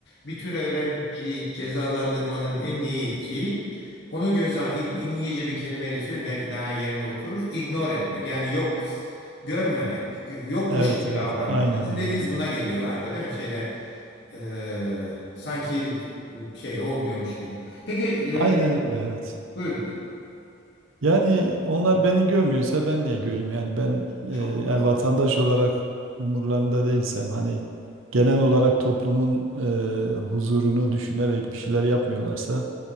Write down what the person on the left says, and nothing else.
Bir tür öğrenciyi cezalandırmanın en iyi şeyi onu göze İng- İngilizce bir kelimeyle söyleyeyim belki daha yerine oturur. Ignore etmek yani yok görmemek gö- yokmuş
gibi
davranmak.
Sizin dediğiniz
buna geliyor galiba değil mi? Şeyde e, sanki şey olmuyormuş gibi. Peki
e,
buyurun.
Çok
doğru.